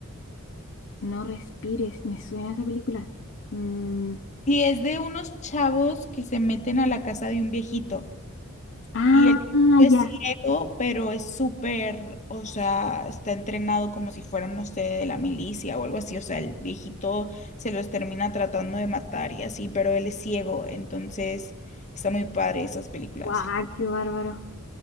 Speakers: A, on the left; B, on the left.
A: No respires, me suena esa película. Mm,
B: Y es de unos chavos que se meten a la casa de un viejito.
A: ah,
B: Y el viejito
A: ah,
B: es
A: ya.
B: ciego, pero es súper, o sea, está entrenado como si fuera, no sé, de la milicia o algo así. O sea, el viejito se los termina tratando de matar y así, pero él es ciego, entonces está muy padre esas películas.
A: Guau, qué bárbaro.